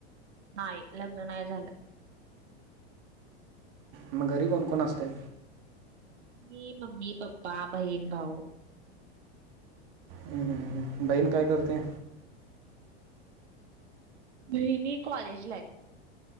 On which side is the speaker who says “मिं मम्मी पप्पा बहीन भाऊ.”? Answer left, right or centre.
Right